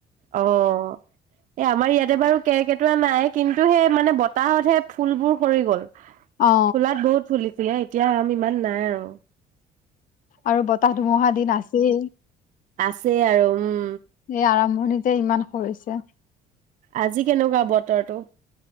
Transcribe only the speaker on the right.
অ'। এ, আমাৰ ইয়াতে বাৰু কাৰ্কেটোৱা নাই কিন্তু সেই মানে বতাহতহে ফুলবোৰ সৰি গ'ল। ফুলাত
বহুত ফুলিছিলে, এতিয়া আম ইমান নাই আৰু।
আছেই আৰু উম।
আজি কেনেকুৱা বতৰটো?